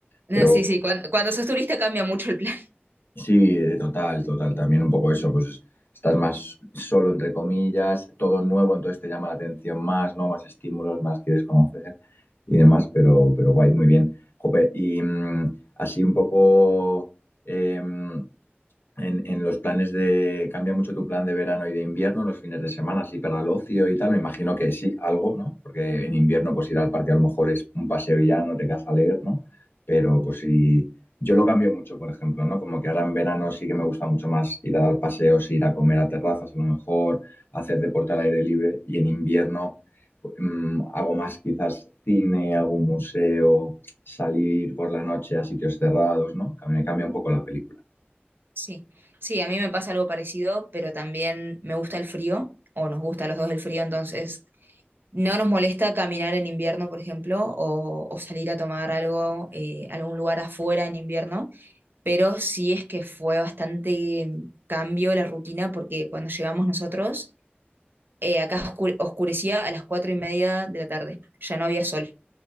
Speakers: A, on the right; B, on the left.
A: No,
B: Pero
A: sí, sí, cuan- cuando, sos turista cambia mucho el plan. <laughs>
B: Sí, eh, total, total. También un poco eso, pues estás más solo, entre comillas, todo nuevo, entonces te llama la atención más, ¿no? Más estímulos, más quieres conocer y demás, pero, pero guay, muy bien. Jope, y mm, así un poco, em, en, en los planes de... Cambia mucho tu plan de verano y de invierno, los fines de semana, así para el ocio y tal. Me imagino que sí, algo, ¿no? Porque en invierno, pues ir al parque a lo mejor es un paseo y ya no te quedas a leer, ¿no? Pero pues si... Yo lo cambio mucho, por ejemplo, ¿no? Como que ahora en verano sí que me gusta mucho más ir a dar paseos, ir a comer a terrazas a lo mejor, hacer deporte al aire libre y en invierno pues, mm, hago más quizás cine, algún museo, salir por la noche a sitios cerrados, ¿no? Que Me cambia un poco la película.
A: Sí, sí, a mí me pasa algo parecido, pero también me gusta el frío, o nos gusta a los dos el frío, entonces no nos molesta caminar en invierno, por ejemplo, o, o salir a tomar algo, eh, a algún lugar afuera en invierno pero sí es que fue bastante mm, cambio la rutina porque cuando llegamos nosotros, eh, acá oscu- oscurecía a las cuatro y media de la tarde, ya no había sol,